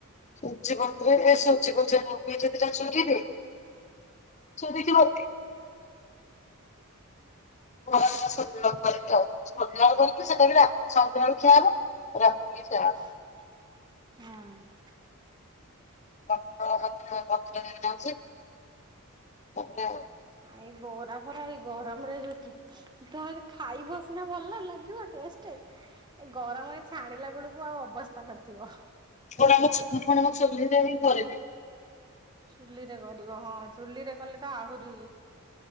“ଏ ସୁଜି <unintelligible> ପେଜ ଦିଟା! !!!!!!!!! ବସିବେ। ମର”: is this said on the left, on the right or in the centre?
Left